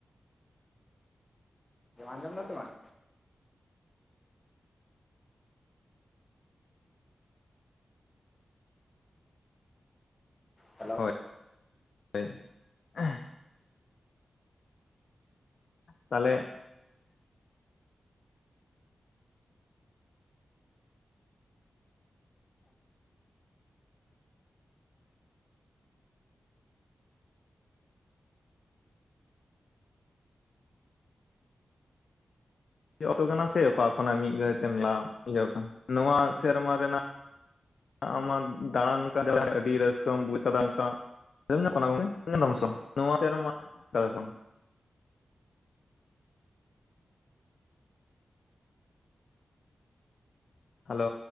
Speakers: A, on the left (about 20°); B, on the left (about 70°).
A: ᱟᱸᱡᱚᱢ ᱫᱟ ᱥᱮ ᱵᱟᱝ? ᱦᱮᱞᱳ
B: ᱦᱚᱭ <inaudible> ᱦᱮᱸ᱾ ᱛᱟᱞᱮᱼᱼ <unintelligible> ᱠᱟᱱᱟ᱾ ᱥᱮ ᱚᱠᱟ ᱠᱷᱚᱱᱟᱜ ᱢᱤᱫ ᱜᱷᱟᱹᱲᱤᱡ ᱛᱮᱢ ᱞᱟᱵᱷ <unintelligible> ᱤᱭᱟᱹ ᱟᱠᱟᱱᱟ᱾ ᱱᱚᱣᱟ ᱥᱮᱨᱢᱟ ᱨᱮᱱᱟᱜᱼᱼ ᱟᱢᱟᱜ ᱫᱟᱬᱟᱱ <unintelligible> ᱟᱹᱰᱤ ᱨᱟᱹᱥᱠᱟᱹᱢ ᱵᱩᱡ ᱠᱟᱫᱟ ᱚᱱᱠᱟ᱾ ᱟᱸᱡᱚᱢᱚᱜ ᱠᱟᱱᱟ ᱜᱚᱝᱠᱮ ᱾ᱟᱸᱡᱚᱢ ᱫᱟᱢ ᱥᱮ <unintelligible> ᱠᱟᱱᱟ ᱾ ᱦᱮᱞᱳ